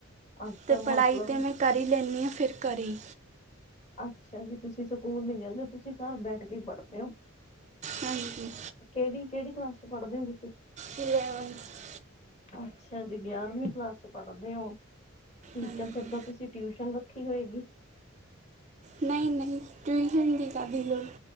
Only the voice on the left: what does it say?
ਅੱਛਾ
ਮਤਲਬ
ਅੱਛਾ ਜੀ, ਤੁਸੀ ਸਕੂਲ ਨੀ ਜਾਂਦੇ, ਤੁਸੀਂ ਘਰ ਬੈਠ ਕੇ ਈ ਪੜ੍ਹਦੇ ਓ।
ਕਿਹੜੀ, ਕਿਹੜੀ ਕਲਾਸ 'ਚ ਪੜ੍ਹਦੇ ਹੋ ਤੁਸੀ।
ਅੱਛਾ ਜੀ, ਗਿਆਰਵੀਂ ਕਲਾਸ ਚ ਪੜ੍ਹਦੇ ਹੋ, ਠੀਕ
ਹੈ, ਫੇਰ ਤਾਂ ਤੁਸੀ। ਟਿਊਸ਼ਨ ਰੱਖੀ ਹੋਏਗੀ।